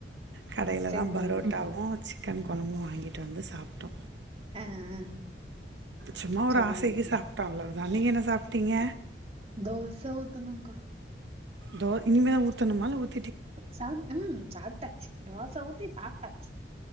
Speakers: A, on the right (about 80°); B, on the right (about 35°).
A: கடைலதா
B: சேரி சேரி
A: பரோட்டா
B: சேரி
A: சிக்கன் கொழம்பும் வாங்கிட்டு வந்து சாப்ட்டோ
B: ஆ ஆ
A: சும்மா ஒரு
B: சரிங்கக்கா
A: ஆசைக்கு சாப்ட்டோ அவ்ளவுதா நீங்க என்ன சாப்ட்டீங்க
B: தோச ஊத்தனூங்கா
A: தோ இனிமே ஊத்தனுமா இல்ல ஊத்
B: சா ஊம் சாப்ட்டாச்சு தோச ஊத்தி சாப்ட்டாச்சு